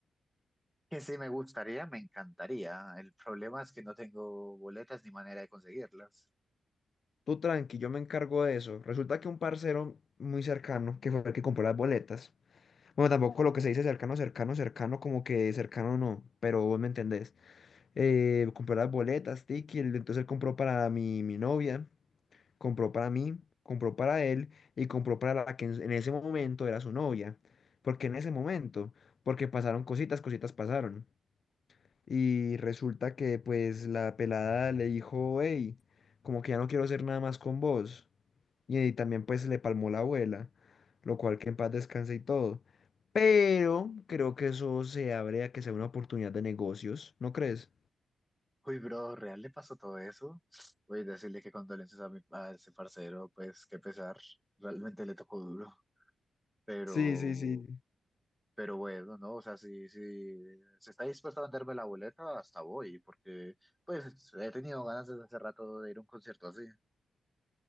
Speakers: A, in the centre; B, on the left.
A: Que sí me gustaría, me encantaría. El problema es que no tengo boletas ni manera de conseguirlas.
B: Tú tranqui, yo me encargo de eso. Resulta que un parcero muy cercano, que fue el que compró las boletas, Bueno, tampoco lo que se dice cercano, cercano, cercano, como que cercano no, pero vos me entendés. Eh, compró las boletas, Tiki, el- entonces él compró para mi, mi novia, compró para mí, compró para él y compró para la que en, en ese momento era su novia. ¿Por qué en ese momento? Porque pasaron cositas, cositas pasaron. Y resulta que pues la pelada le dijo, hey, como que ya no quiero hacer nada más con vos. Y, y también pues le palmó la abuela, lo cual que en paz descanse y todo. Pero creo que eso se abre a que sea una oportunidad de negocios, ¿no crees?
A: Uy, bro, ¿real le pasó todo eso? Voy a decirle que condolencias a, mi, a ese parcero, pues qué pesar. Realmente le tocó duro. Pero
B: Sí, sí, sí.
A: Pero bueno, ¿no? O sea, si, si se está dispuesto a venderme la boleta, hasta voy, porque pues he tenido ganas desde hace rato de ir a un concierto así.